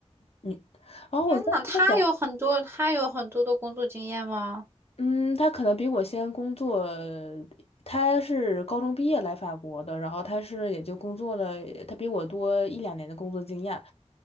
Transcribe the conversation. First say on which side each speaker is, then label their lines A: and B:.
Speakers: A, on the left; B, on the right.
A: 你，然后我当时在想，
B: 天呐，他有很多他有很多的工作经验吗？
A: 嗯，他可能比我先工作，他是高中毕业来法国的，然后他是也就工作了，他比我多一两年的工作经验。